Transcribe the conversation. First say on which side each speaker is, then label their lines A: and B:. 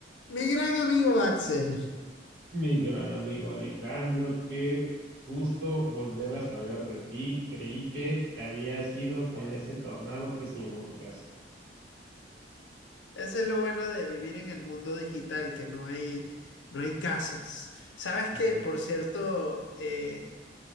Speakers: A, on the left; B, on the right.
A: Mi gran amigo Axel.
B: Mi gran amigo Alejandro, qué gusto volver a saber de ti. Creí que te habías ido con ese tornado que se llevó tu casa.
A: Ese es lo bueno de vivir en el mundo digital, que no hay, no hay casas. ¿Sabes que,
B: Mm.
A: Por cierto, eh,